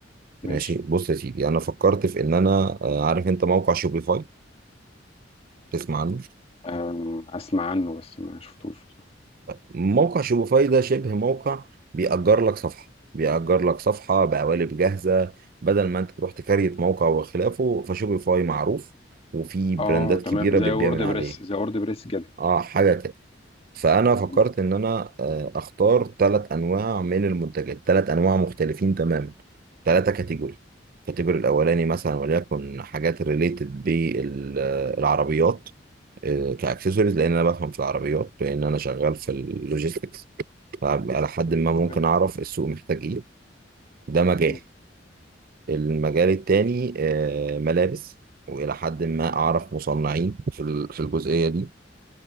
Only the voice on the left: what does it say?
ماشي
أم، اسمع عنه بس ما شفتوش بصراحة.
اه
تمام زي
وورد
بريس زي وورد بريس كده
تمام
تمام
تمام
تمام